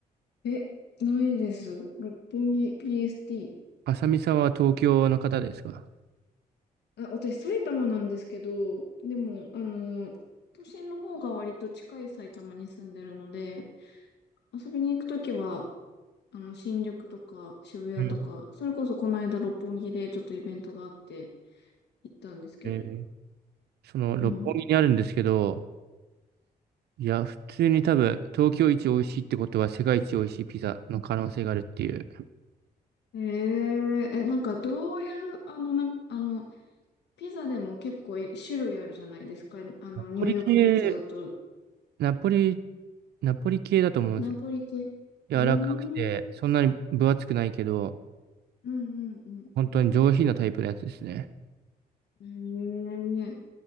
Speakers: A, on the left; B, on the right.
A: うん。え、ないです。六本木 PST。
B: 浅見さんは東京の方ですか
A: あ、私埼玉なんですけど、でも、あの、都心の方が割と近い埼玉に住んでるので、遊びに行くときは、あの、新宿とか渋谷とか、
B: うん。
A: それこそこの間六本木でちょっとイベントがあって行ったんですけど。
B: えーその六本木にあるんですけど、
A: うん。
B: いや、普通に多分東京一美味しいってことは世界一美味しいピザの可能性があるっていう。
A: えええ、なんかどういう、あの、な、あの、ピザでも結構い種類あるじゃないですか。あの、
B: ナポリ系、
A: ニューヨークピッツァだと
B: ナポリ、ナポリ系だと思うんですよ。
A: アナポリ系。
B: 柔らかくて、
A: うーん。うん
B: そんなに分厚くないけど、
A: うんうん。
B: 本当に上品なタイプのやつですね。
A: えー、